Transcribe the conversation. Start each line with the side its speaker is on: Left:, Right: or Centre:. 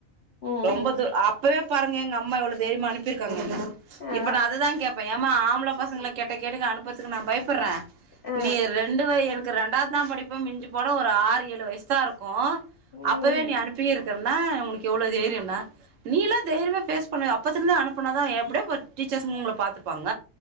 Left: ம்
Right: ரொம்ப தூர் அப்பவே பாருங்க எங்க அம்மா எவ்ள தைரிமா அனுப்பிருக்காங்க
Left: ஆ
Right: இப்போ நா அது தா கேட்ப ஏம்மா ஆம்பள பசங்கள கெட்ட கேட்டுக்கு அனுப்புறதுக்கு நா பயப்பட்ற
Left: ஆ
Right: நீ ரெண்டு வய எனக்கு ரெண்டாவது தா படிப்ப மிஞ்சு போன ஒரு ஆறு ஏழு வயசு தாருக்கும்
Left: ம்
Right: அப்பவே நீ அனுப்பி இருக்கிறன்ன ஒனக்கு எவ்வளோ தைரியன நீ எல்லாம் தெய்ரிமா பேஸ் பண்ணுவ அப்பத்துருந்து அனுப்பனாதா எப்படியே டீச்சர்ஸ் ஒங்கள பாத்துப்பாங்க